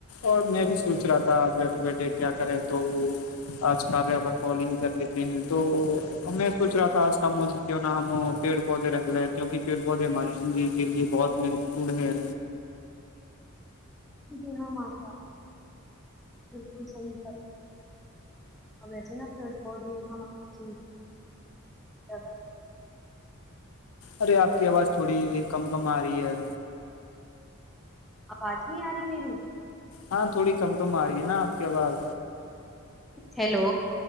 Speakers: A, on the left; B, in the centre.
A: اور میں بھی سوچ رہا تھا آج بیٹھے بیٹھے کیا کرے تو آج کاریہ پر کال ہی کر لیتے ہیں تو میں سوچ رہا تھا آج کام مجھے کیوں نہ ہم پیڑ پودے رکھ لے کیوںک پ ب ہے ہماری زندگی کے لیے بہت مہتوپورن ہے
B: جی ہاں مال بالکل صحیح اورچے نا پیڑ پودے ہنا جی زیادہ
A: ارے آپ کی آواز تھوڑی کم کم آ رہی ہے
B: آواز نہیں آ رہی میری
A: ہاں تھوڑی کم کم آ رہی ہے نا آپ کی آواز
B: ہیلو